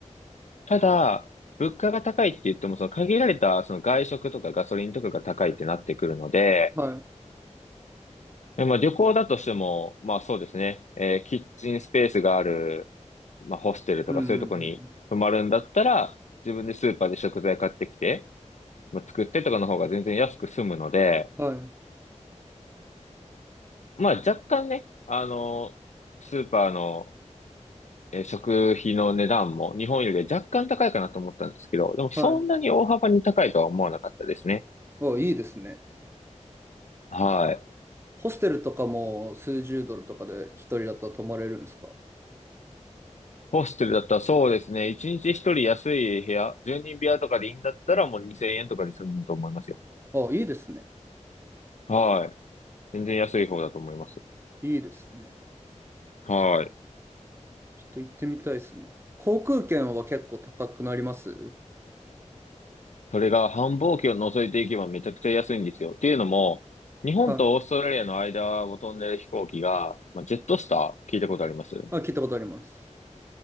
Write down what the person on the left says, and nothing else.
ただ、物価が高いって言っても、その限られたその外食とかガソリンとかが高いってなってくるので、
えまあ、旅行だとしても、まあそうですね、えーキッチンスペースがある、まあホステルとかそういうとこに泊まるんだったら、
自分でスーパーで食材買ってきて、まあ、作ってとかの方が全然安く済むので、
まあ若干ね、あの、スーパーの、えー食費の値段も日本より若干高いかなと思ったんですけど、でもそんなに大幅に高いとは思わなかったですね。
はい。
ホステルだったらそうですね、1日1人安い部屋、1人部屋とかでいいんだったらもう2000円とかで済むと思いますよ。
はい。全然安い方だと思います。
はい。
それが繁忙期を除いていけばめちゃくちゃ安いんですよ。っていうのも、日本とオーストラリアの間を飛んでる飛行機が、
まあ、ジェットスター聞いたことあります